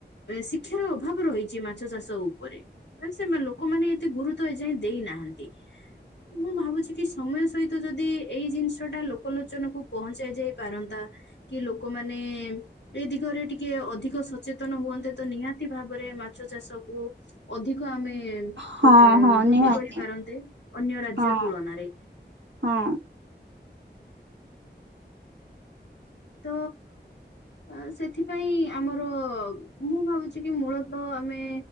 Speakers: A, on the left (about 90°); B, on the right (about 80°).
A: ଶିକ୍ଷାର ଅଭାବ ରହିଛି ମାଛ ଚାଷ ଉପରେ। ସେମା ଲୋକମାନେ ଏତେ ଗୁରୁତ୍ଵ ଏ ଯାଏ ଦେଇନାହାନ୍ତି ମୁଁ ଭାବୁଛି କି ସମୟ ସହିତ ଯଦି ଏଇ ଜିନିଷ ଟା ଲୋକଲୋଚନକୁ ପହଞ୍ଚାଇ ଯାଇ ପାରନ୍ତା କି ଲୋକମାନେ ଏ ଦିଗରେ ଟିକେ ଅଧିକ ସଚେତନ ହୁଅନ୍ତେ ତ ନିହାତି ଭାବରେ ମାଛ ଚାଷକୁ ଅଧିକ ଆମେ ଏ
B: ହଁ ହଁ
A: ବୃଦ୍ଧି
B: ନିହାତି
A: କରିପାରନ୍ତେ ଅନ୍ୟ ରାଜ୍ୟ
B: ହଁ
A: ତୁଳନାରେ।
B: ହଁ।
A: ତ ଆ ସେଥିପାଇଁ ଆମର ମୁଁ ଭାବୁଛି କି ମୂଳତଃ ଆମେ